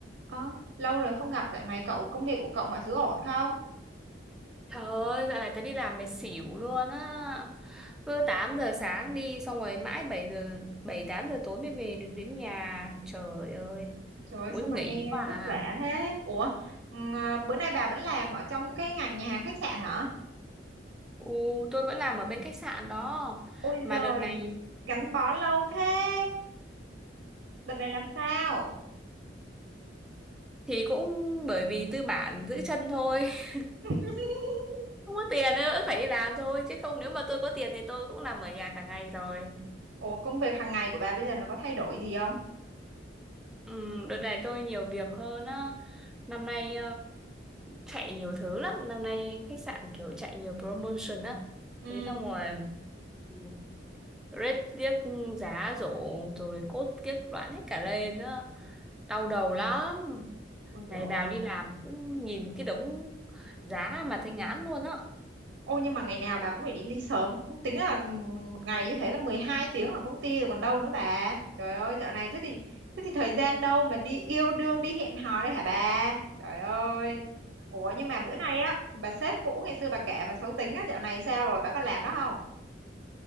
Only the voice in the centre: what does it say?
Trời ơi, dạo này tớ đi làm mệt xỉu luôn á. Cứ 8 giờ sáng đi xong rồi mãi bảy giờ 7 8 giờ tối mới về được đến nhà. Trời ơi,
muốn
nghỉ
quá
à.
Ừ, tôi vẫn làm ở bên khách sạn đó.
Mà
đợt này
thì cũng bởi vì tư bản giữ chân thôi. <laughs>
Không có tiền nên vẫn phải đi làm thôi chứ không nếu mà tôi có tiền thì tôi cũng làm ở nhà cả ngày rồi.
Ừ, đợt này tôi nhiều việc hơn á. Năm nay chạy nhiều thứ lắm năm nay khách sạn kiểu chạy nhiều promotion á
thế xong rồi ừ, rate tiếc giá rổ rồi cốt kiếp đoạn hết cả lên nữa đau đầu lắm
ngày
nào đi làm cũng nhìn cái đống giá mà thấy ngán luôn á